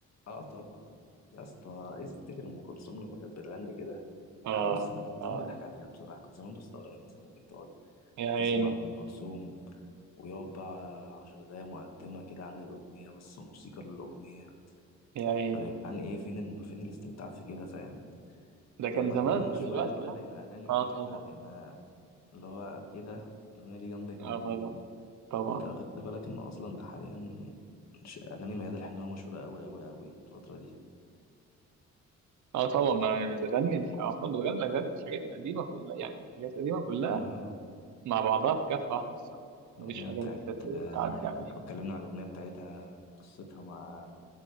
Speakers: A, on the left; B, on the right.
A: اه طبعا يا اسطى ايه تفتكر ام كلثوم لما كانت بتغني كده
B: آه
A: آه، بص انا كنت
B: آه
A: زمان بضحك عليها بصراحه كنت زمان بستغرب الناس اللي ممكن تقعد
B: يا عيني
A: تسمع ام كلثوم ويقعد بقى عشر دقايق مقدمه كده عن الاغنيه بس موسيقى للاغنيه
B: يا عيني
A: طب يا جدعان ايه فين الم... فين الاستمتاع في كده فاهم
B: ده
A: لما
B: كان زمان
A: كبرنا
B: بقى
A: شوية
B: دلوقتي
A: بقى
B: لا
A: لقينا اغاني
B: آه
A: ايه
B: طبعا
A: احنا بقينا اللي هو ايه ده الاغنية دي جامدة كده
B: آه
A: ليه
B: طبعا طبعا
A: انت لو خدت بالك ان اصلا ده حاليا ش- اغاني ميادة الحناوي مشهورة قوي قوي قوي الفترة دي
B: اه طبعا ما بتغني الح- اصلا بتغني الحاجات الحاجات القديمه كلها يعني الحاجات القديمه كلها
A: اه
B: مع بعضها في كفه واحده الصراحه
A: الاغنية
B: مفيش حاجه
A: بتاعت
B: جديده ت-
A: آه،
B: تعدي عليها
A: لو اتكلمنا على الاغنية بتاعتها قصتها مع